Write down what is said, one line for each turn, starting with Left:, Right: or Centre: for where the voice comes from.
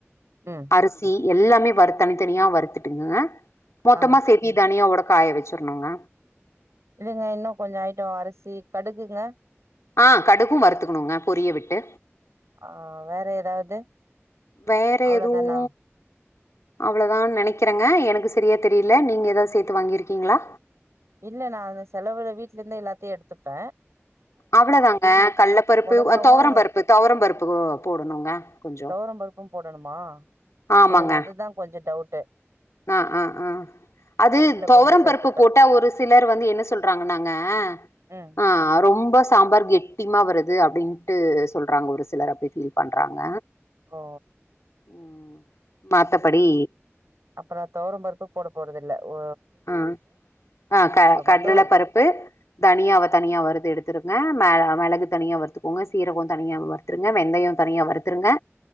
Right: ம்
Left: அரிசி எல்லாமே வறுத் தனித்தனியா வறுத்துட்டுங்க மொத்தமா
Right: ஆ
Left: சேத்தி தனியா உடக் காய வெச்சுர்ணுங்க
Right: இல்லைங்க இன்னு கொஞ்சோ அயிட்டோ அரிசி கடுகுங்க
Left: ஆ கடுக்கு வருத்துக்கணுங்க பொரிய விட்டு
Right: ஆ வேற ஏதாவது
Left: வேற
Right: அவ்ளோதானா
Left: எதுவு அவ்வளதான் நெனைக்கிறங்க எனக்கு செரியா தெரியல நீங்க ஏதாவது சேத்து வாங்கிருக்கீங்களா
Right: இல்ல நா அந்த செலவுல வீட்ல இருந்து எல்லாத்தையு எடுத்துப்ப
Left: அவ்வளோதாங்க கல்ல பருப்பு
Right: மொளகாவு
Left: தொவரம் பருப்பு தொவரம் பருப்பு போடணுங்க கொஞ்சோ
Right: தொவரம் பருப்பு போடணுமா
Left: ஆமாங்க
Right: எனக்கு அதுதா கொஞ்சோ டவுட் டு
Left: ஆ ஆ ஆ அது தொவரம்
Right: கொஞ்சோ சேத்துப்பே
Left: பருப்பு போட்டா ஒருஸ் சிலர் வந்து என்ன சொல்றாங்கன்னாங்க
Right: ம்
Left: ஆ அரோ ரொம்ப சாம்பார் கெட்டிமா வருது அப்டின்ட்டு சொல்றாங்க ஒரு சிலர் அப்டி ஃபீல் பண்றாங்க
Right: ஓ
Left: ம் மத்தபடி
Right: அப்போ நா தொவரம் பருப்பு போட போறது இல்ல ஓ
Left: ம் ஆ க கடல
Right: மட்டு
Left: பருப்பு தனியாவ தனியா வருத்து எடுத்துருங்க மேல மெளகு தனியா வருத்துக்கோங்க சீரகோ தனியா வருத்துருங்க வெந்தயோ தனியா வருத்துருங்க